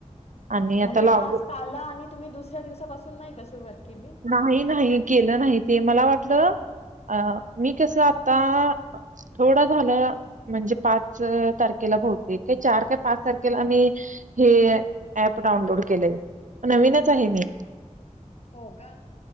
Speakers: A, on the right; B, on the left.
A: आणि आता
B: म्हणजे
A: लावू
B: टास्क आला, आणि तुम्ही दुसऱ्या दिवसापासून नाही का सुरुवात केली?
A: नाही नाही केलं नाही, ते मला वाट टलं मी कस आता थोड झालं म्हणजे, पाच तारखेला बहुतेक चार पाच तारखेला मी हे अँप डाउनलोड केलंय नवीनच आहे मी.
B: हो का?